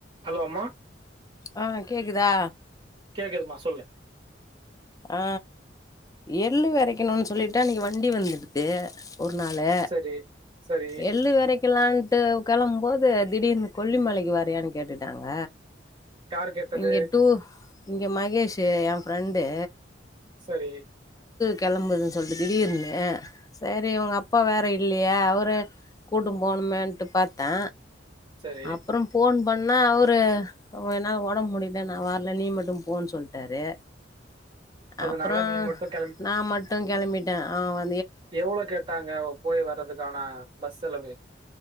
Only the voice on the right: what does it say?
ஹலோ அம்மா
கேக்குதுமா சொல்லு
சரி சரி
யார் கேட்டது
சரி
சரி
அதனால
நீ மட்டும்
எவ்ளோ கேட்டாங்க போய் வர்றதுக்கான பஸ் செலவு